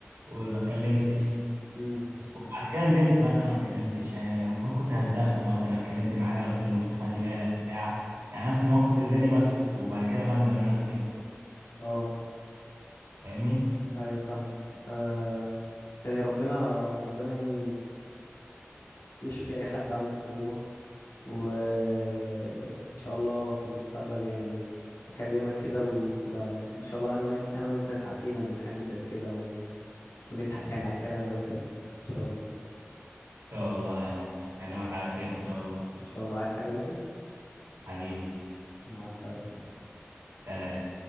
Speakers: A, on the right; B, on the left.
A: وما اتكلمتش
B: امم
A: وبعد كده ندمت بقى ان انا ما اتكلمتش يعني المفروض كنت هزقته مثلا اتكلمت معاه قلت له مش تخلي بالك بتاع يعني انا في المواقف اللي زي دي بسكت وبعد كده بندم ان انا اسكت
B: اه
A: فاهمني ان
B: ايوه فاهمك آه بس يعني ربنا ربنا يعني يشفي اي حد عنده تروما وان شاء الله في المستقبل يعني اكلمك كده وتبقى ان شاء الله انا وين انا وانت اتعافينا من حاجة زي كده و... ونضحك يعني على الكلام ده وكده ان شاء الله
A: شاء الله يا عم اكلمك على خير ان شاء الله
B: ان شاء الله عايز حاجة يا يوسف
A: حبيبي
B: مع السلامة
A: سلام